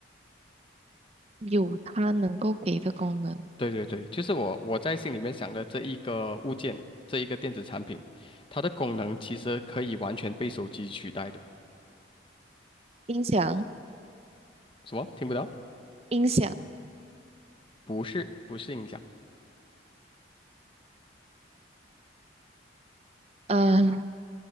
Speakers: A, on the right (about 30°); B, on the left (about 25°).
A: 有它能够给的功能。
B: 对对对，就是我我在心里面想的这一个物件，这一个电子产品，它的功能其实可以完全被手机取代的。
A: 音响，
B: 什么？听不到？
A: 音响，
B: 不是，不是音响。
A: 嗯、